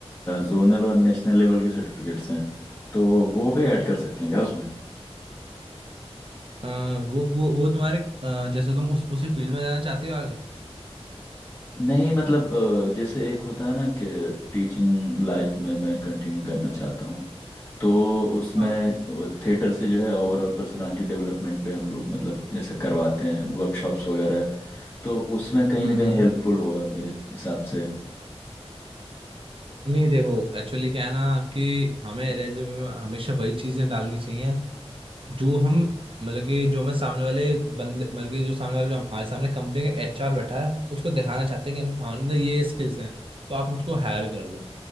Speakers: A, on the left; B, on the right.
A: जोनल और नेशनल लेवल के सर्टिफिकेट्स हैं तो वो भी ऐड कर सकते हैं क्या उसमें
B: अ, वो वो वो तुम्हारे अ, जैसे तुम उस उसी फील्ड में जाना चाहते हो आगे
A: नहीं मतलब अ, जैसे एक होता है ना कि टीचिंग लाइफ में मैं कंटिन्यू करना चाहता हूँ तो उसमें
B: हाँ
A: थिएटर से जो है ओवरऑल पर्सनालिटी डेवलपमेंट पे हम लोग मतलब ऐसे करवाते हैं वर्कशॉप्स वगैरह तो उसमें कहीं
B: हम्म
A: ना कहीं
B: हम्म
A: हेल्पफुल होगा मेरे हिसाब से
B: नहीं देखो एक्चुअली क्या है ना कि हमें रेज्यूमे में हमेशा वही चीजें डालनी चाहिए जो हम मतलब कि जो मैं सामने वाले बंदे मतलब कि जो सामने वाले जो हमारे सामने कंपनी का एचआर बैठा है उसको दिखाना चाहते हैं कि हम हमने ये स्किल्स हैं तो आप मुझको हायर कर लो